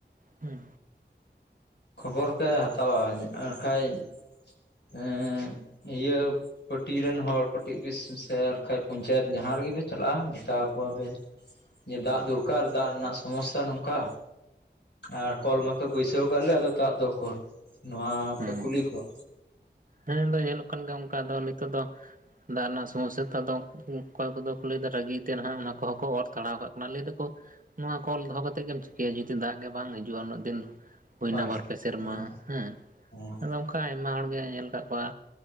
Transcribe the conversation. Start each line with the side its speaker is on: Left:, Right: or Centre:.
Right: ᱦᱩᱸ
Left: ᱠᱷᱚᱵᱚᱨ ᱯᱮ ᱦᱟᱛᱟᱣᱟ ᱚᱱᱟ ᱠᱷᱟᱡ ᱦᱮᱸ ᱤᱭᱟᱹ ᱯᱟᱴᱤ ᱨᱮᱱ ᱦᱚᱲ ᱯᱟᱴᱤ ᱚᱯᱷᱤᱥ ᱥᱮ ᱟᱨ ᱦᱟᱸᱜ ᱠᱷᱟᱡ ᱠᱟᱱ ᱯᱚᱧᱪᱟᱭᱮᱛ ᱡᱟᱦᱟᱸ ᱨᱮᱜᱮ ᱯᱮ ᱪᱟᱞᱟᱜᱼᱟ ᱢᱮᱛᱟ ᱟᱠᱚᱣᱟ ᱯᱮ
Right: <inaudible>
Left: ᱡᱮ ᱫᱟᱜ ᱫᱚᱨᱠᱟᱨ ᱫᱟᱜ ᱨᱮᱱᱟᱜ ᱥᱚᱢᱚᱥᱥᱟ ᱱᱚᱝᱠᱟ ᱟᱨ ᱠᱚᱞ ᱢᱟᱯᱮ ᱵᱟᱹᱭᱥᱟᱹᱣ ᱠᱟᱜ ᱞᱮ ᱟᱫᱚ ᱫᱟᱜ ᱫᱚ ᱳᱠᱳᱨ ᱱᱚᱣᱟ
Right: ᱦᱮᱸ
Left: ᱯᱮ ᱠᱩᱞᱤ ᱠᱚᱣᱟ
Right: ᱦᱮᱸ ᱟᱫᱚ ᱧᱮᱞᱚᱜ ᱠᱟᱱ ᱜᱮᱭᱟ ᱚᱱᱠᱟ ᱫᱚ ᱱᱤᱛᱚᱜ ᱫᱚ ᱫᱟᱜ ᱨᱮᱱᱟᱜ ᱥᱚᱢᱚᱥᱥᱟ ᱛᱚ ᱟᱫᱚ ᱚᱠᱚᱭ ᱠᱚᱫᱚ ᱠᱚ ᱞᱟᱹᱭ ᱮᱫᱟ ᱨᱟᱜᱤ ᱛᱮ ᱱᱟᱦᱟᱜ ᱚᱱᱟ ᱠᱚᱦᱚᱸ ᱠᱚ ᱚᱨ ᱛᱟᱲᱟᱣ ᱠᱟᱜ ᱠᱟᱱᱟ ᱞᱟᱹᱭ ᱮᱫᱟ ᱠᱚ ᱱᱚᱣᱟ ᱠᱚᱞ ᱫᱚᱦᱚ ᱠᱟᱛᱮᱫ ᱜᱮᱢ ᱪᱤᱠᱟᱹᱭᱟ ᱡᱩᱫᱤ ᱫᱟᱜ ᱜᱮ ᱵᱟᱝ ᱦᱤᱡᱩᱜᱼᱟ ᱩᱱᱟᱹᱜ ᱫᱤᱱ ᱦᱩᱭᱱᱟ
Left: ᱦᱳᱭ
Right: ᱵᱟᱨ ᱯᱮ ᱥᱮᱨᱢᱟ
Left: ᱦᱳᱭ
Right: ᱦᱮᱸ
Left: ᱦᱩᱸ
Right: ᱟᱫᱚ ᱚᱱᱠᱟ ᱟᱭᱢᱟ ᱦᱚᱲ ᱜᱮ ᱧᱮᱞ ᱠᱟᱜ ᱠᱚᱣᱟ